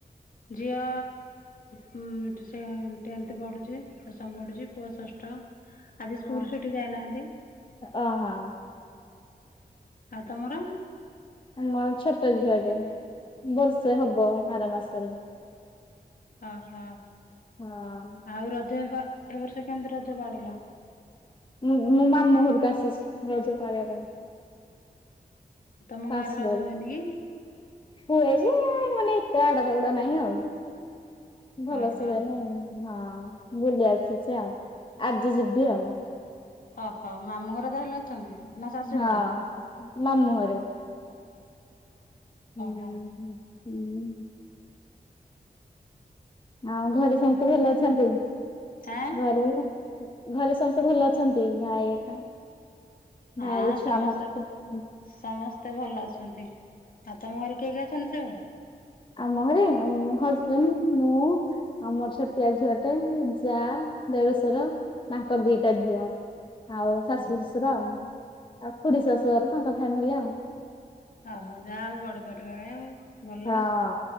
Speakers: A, on the left (about 65°); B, on the left (about 30°).
A: ଝିଅ ଟେନ୍ଥ ପଢ଼ୁଛି ଦଶମ ପଢ଼ୁଛି ପୁଅ ଷଷ୍ଠ। ଆଜି ସ୍କୁଲ୍
B: ହ
A: ଛୁଟି ଯାଇନାହାନ୍ତି
B: ଅ ହଁ
A: ଆଉ ତମର
B: ଆମ ଛୋଟ ଝିଅ ଟେ ବର୍ଷେ ହବ ଆର ମାସରେ
A: ହ ହଁ
B: ହଁ
A: ଆଉ ରଜ ଏବଏ ବର୍ଷ କେମିତି ରଜ ପାଳିଲ।
B: ମଁ ମ ମୁ ଘରକୁ ଆସିଛି ରଜ ପାଳିବା ପାଇଁ।
A: ତୁମ
B: କାସ
A: ଗାଁରେ ରଜ ହୁଏନି କି
B: ହୁଏ ଯେ ମାନେ ଏତେ ଆଡା ଚଉଡା ନାଇଁ ଆଉ। ଭଲସେ
A: ଓହୋ
B: ହୁଏ ନାଇଁ ହଁ ବୁଲି ଆସୁଛି ଆଉ ଆଜି ଯିବି ଆଉ।
A: ଓହୋ ମାମୁଁ ଘର ତାହେଲେ ଅଛନ୍ତି। ନା ଶାଶୁ
B: ହଁ
A: ଘରେ
B: ମାମୁଁ ହଁରେ ହୁଁ
A: ଓହୋ
B: ହୁଁ ଆଉ ଘରେ ସମସ୍ତେ ଭଲ ଅଛନ୍ତି
A: ହେଁ
B: ଘରେ। ଘରେ ସମସ୍ତେ ଭଲ ଅଛନ୍ତି ଭାଇ କା
A: ହଁ
B: ନାଁ ଏଇ ଛୁଆ
A: ସମସ୍ତେ
B: ମାନେ <unintelligible>
A: ସମସ୍ତେ ଭଲ ଅଛନ୍ତି ଆଉ ତମ ଘରେ କିଏ କିଏ ଅଛନ୍ତି ସଉ।
B: ଆମ ଘରେ ଆମ ହଜବେଣ୍ଡ ମୁଁ ଆମର ଛାତିଆ ଝିଅ ଗୋଟେ ଉ ଯା ଦେଢଶୁର ତାଙ୍କର ଦିଟା ଝିଅ ଆଉ
A: ହଁ
B: ଶାଶୁ ଶଶ ସୁର ଆଉ ଆଉ ଖୁଡଶାଶୁ ଘରେ ତାଙ୍କ ଫ୍ୟାମିଲି ଆଉ।
A: ଓହୋ ଯାହା ହଉ ବଡ ପରିବାର ଆଉ। ଭଲ
B: ହଁ